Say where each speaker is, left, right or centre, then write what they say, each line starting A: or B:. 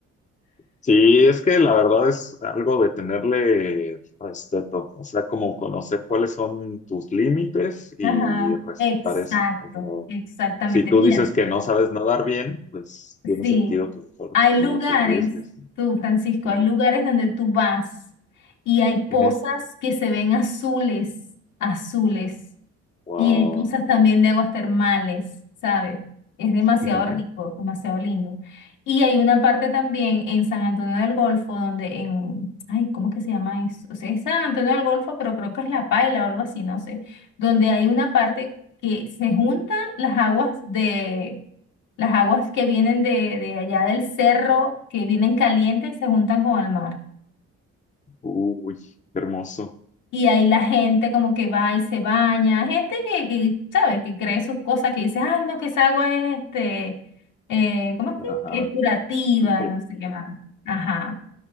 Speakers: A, on the left; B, on the left.
A: Sí, es que la verdad es algo de tenerle respeto, o sea, como conocer cuáles son tus límites y
B: Ajá,
A: respetar
B: exacto,
A: eso. O sea,
B: exactamente.
A: si tú
B: Mira.
A: dices que no sabes nadar bien, pues tiene
B: Sí,
A: sentido que mejor
B: hay
A: no
B: lugares,
A: te arriesgues.
B: tú Francisco,
A: Ujú,
B: hay lugares donde tú vas y hay pozas
A: ujú.
B: que se ven azules, azules,
A: Wow.
B: y hay pozas también de aguas termales, ¿sabes? Es
A: <laughs>
B: demasiado
A: Ujú,
B: rico, demasiado lindo. Y hay una parte también en San Antonio del Golfo donde en, ay, ¿cómo es que se llama eso? O sea, es San Antonio del Golfo, pero creo que es La Paila o algo así, no sé, donde hay una parte que se juntan las aguas de las aguas que vienen de, de allá del cerro, que vienen calientes, se juntan con el mar.
A: Uy, qué hermoso.
B: Y ahí la gente como que va y se baña, gente que, que ¿sabes? Que cree sus cosas, que dice, ay, no, que esa agua es, este, eh, ¿cómo es que?
A: Ajá,
B: Que es curativa,
A: muy
B: y no sé qué más. Ajá,